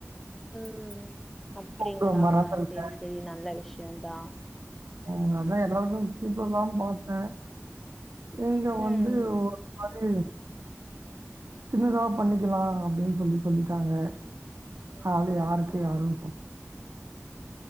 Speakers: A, in the centre; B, on the right.
A: ம் அப்டிங்களா
B: கூப்ட மறந்துருக்கே.
A: சேரி சேரி நல்ல விஷ்யோந்தா
B: ம் அதா எல்லாருக்கு கூப்டல்லான்னு பாத்தே இங்க வந்து
A: ம்.
B: ஒரு மாரி சின்னதா பண்ணிக்கலா அப்டின்னு சொல்லி சொல்லிட்டாங்க அதனால யார் ஓகே
A: ஆ
B: யாருன் சொல்